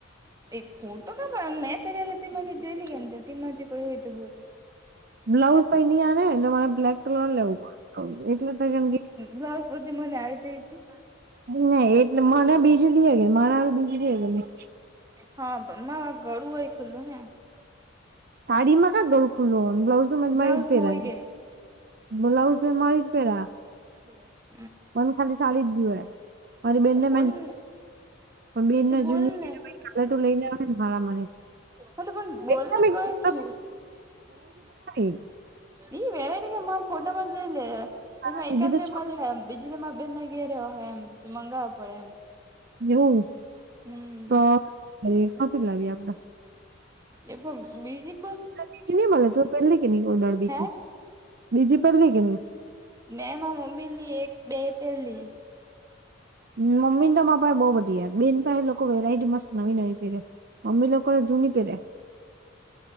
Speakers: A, on the right; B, on the right.
A: એક ફોટો પાડ, મેં પેહરેલા તેમાંથી જોઈલે કે ને, તેમાંથી કોઈ હોય, તો બોલ
B: બ્લાઉઝ પહી નહીં આવે, મારે બ્લેક કલર લેવું પડે એટલે થને
A: બસ સુધી મને આવી હતી.
B: ના એટલે મને બીજળ હગે. મારા બીજળી હગેલી
A: હા, બમ્મા ગળું હોય ખુલ્લું હે.
B: સાડીમાં ક દોલ ખોલ હું બ્લાઉ મે
A: બ્લાઉઝમાં
B: વાઈટ પેહરા.
A: હોય કે
B: બ્લાઉઝ મારી જ પહેરા.
A: <inaudible>
B: પણ ખાલી સાાડી જ જોય મારી બેનને
A: તો બોલ
B: પણ
A: ને
B: બેન
A: તે બોલ
B: જુનીટું
A: ને
B: લઈને, <unintelligible>
A: હા તો પણ બોલ ને કઈ
B: આવેને મામાં
A: છ
B: <unintelligible>
A: એ વેરાયટી કે ફોટામાં જોઈ લે
B: તારા
A: તેમાં
B: દીદી
A: એકાદ
B: તો
A: બે
B: છો
A: મલે હ બીજી તમે બે ના ઘેર હોય, એમ મંગાવો પડે એમ
B: એવું?
A: હમ
B: તો કાથી લાવીએ આપણે
A: એ પણ બીજી પણ
B: બીજીની મળેલી, તું પહેરલી કે ની દહાડે બી
A: હે
B: બીજી પહેરલી કે ની?
A: મેં મારા મમ્મી ની એક બે પેરલી
B: મ્મીના પાસે બહુ બધી બેન પાય લોકો વેરાયટી મસ્ત નવી નવી પેરે. મમ્મી લોકો જૂની પેહરેે